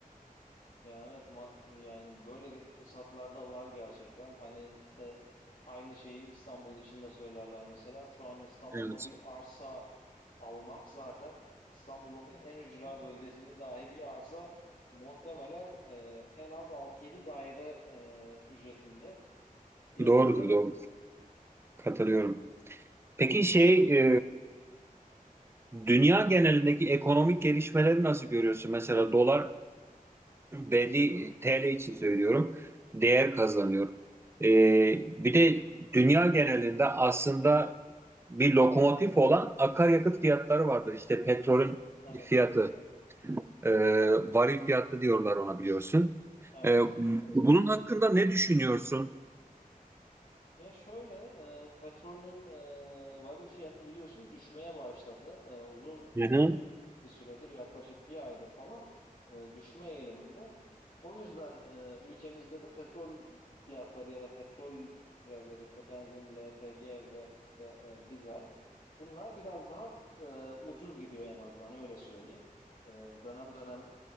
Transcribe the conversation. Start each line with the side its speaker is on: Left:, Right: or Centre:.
Left: Ya evet ma- yani böyle ge- fırsatlar da var gerçekten. Hani işte aynı şeyi İstanbul için de söylerler mesela. Şu an İstanbul'da
Right: Evet.
Left: bir arsa almak zaten İstanbul'un en ücra bölgesinde dahi bir arsa muhtemelen e, en az altı yedi daire e, ücretinde fiyatında.
Right: Doğrudur, doğru. Katılıyorum. Peki şey, e, dünya genelindeki ekonomik gelişmeleri nasıl görüyorsun? Mesela dolar belli TL için söylüyorum değer kazanıyor.
Left: Hı hı.
Right: Ee, bir de dünya genelinde aslında bir lokomotif olan akaryakıt fiyatları vardır. İşte petrolün
Left: Evet.
Right: fiyatı, e, varil fiyatı diyorlar ona biliyorsun.
Left: Evet,
Right: E,
Left: evet.
Right: bunun hakkında ne düşünüyorsun?
Left: Ya şöyle, e, petrolün e, varil fiyatı biliyorsun düşmeye başladı. E, uzun
Right: Hı hı.
Left: bir süredir yaklaşık bir aydır falan e, düşme eğiliminde. O yüzden e, ülkemizde de petrol fiyatları ya da petrol türevleri işte benzin, LPG ve işte e, dizel bunlar biraz daha e, ucuz gidiyor en azından öyle söyleyeyim. E, dönem dönem